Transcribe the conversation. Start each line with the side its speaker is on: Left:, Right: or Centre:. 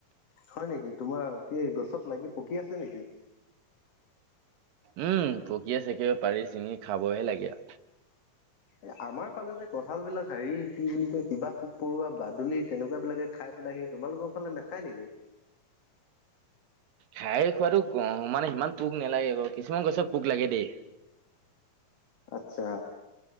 Left: হয় নেকি তোমাৰ কি গছত লাগি পকি আছে নেকি
Right: উম পকি আছে একেবাৰে পাৰি ছিঙি খাবহে লাগেয়া
Left: এ আমাৰ ফালে যে কঁঠাল বিলাক হেৰি কি বুলি কয় কিবা পোক পৰুৱা, বাদুলি তেনেকুৱা বিলাকে খাই পিলা সি তোমালোকৰ ফালে নেখায় নেকি।
Right: খাই খোৱাতো মানে ইমান পোক নালাগে বাৰু কিছুমান গছত পোক লাগে দেই।
Left: আচ্ছা।